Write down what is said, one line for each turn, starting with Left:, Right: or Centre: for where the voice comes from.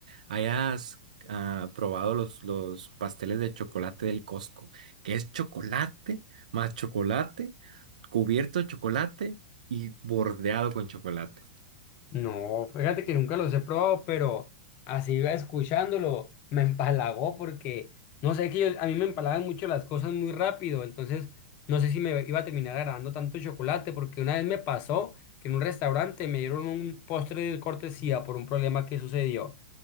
Right: hayas ah, probado los, los pasteles de chocolate del Costco, que es chocolate más chocolate, cubierto de chocolate y bordeado con chocolate.
Left: No, fíjate que nunca los he probado, pero así iba escuchándolo, me empalagó porque, no sé, que yo- a mí me empalagan mucho las cosas muy rápido, entonces no sé si me iba a terminar agradando tanto chocolate porque una vez me pasó que en un restaurante me dieron un postre de cortesía por un problema que sucedió.